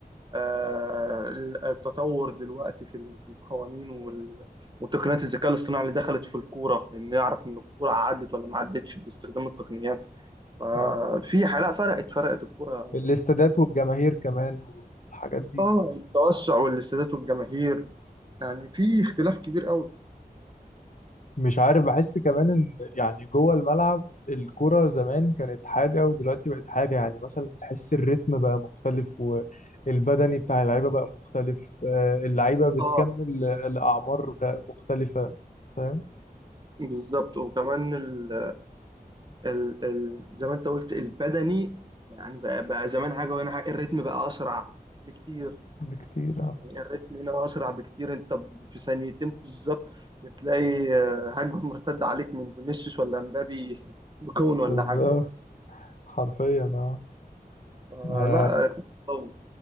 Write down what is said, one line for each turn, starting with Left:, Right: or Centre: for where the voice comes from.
Right: آه ال- التطور دلوقتي في, ال- في القوانين وال- وتقنيات الذكاء الاصطناعي اللي دخلت في الكورة إن نعرف إن الكورة عدت ولا ما عدتش باستخدام التقنيات ففي
Left: مم.
Right: حالة فرقت فرقت الكورة
Left: الاستادات والجماهير كمان والحاجات دي
Right: اه التوسع والاستادات والجماهير يعني في اختلاف كبير قوي
Left: مش عارف بحس كمان ان يعني جوه الملعب الكرة زمان كانت حاجة ودلوقتي بقت حاجة يعني مثلا تحس الريتم بقى مختلف والبدني بتاع اللعيبة بقى مختلف آه، اللعيبة بتكمل
Right: اه
Left: الأعمار غ- مختلفة فاهم
Right: بالظبط وكمان ال ال ال زي ما انت قلت البدني يعني بقى, بقى زمان حاجه وهنا حاجه الريتم بقى اسرع بكتير
Left: بكتير اه
Right: يعني الريتم هنا اسرع بكتير انت في ثانيتين بالظبط بتلاقي آه، هجمه مرتده عليك من فينيسيوس ولا مبابي <laughs> بكون ولا
Left: بالظبط
Right: حاجه مثلا
Left: حرفيا اه
Right: آه
Left: ما انا
Right: لا تطور.